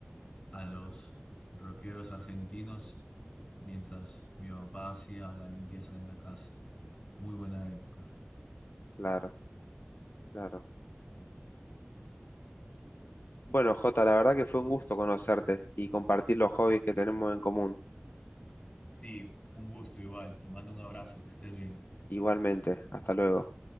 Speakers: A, on the left (about 20°); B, on the left (about 60°).
A: a los rockeros argentinos mientras mi papá hacía la limpieza de la casa. Muy buena época.
B: Claro, claro. Bueno, Jota, la verdad que fue un gusto conocerte y compartir los hobbies que tenemos en común.
A: Sí, un gusto igual. Te mando un abrazo, que estés bien.
B: Igualmente, hasta luego.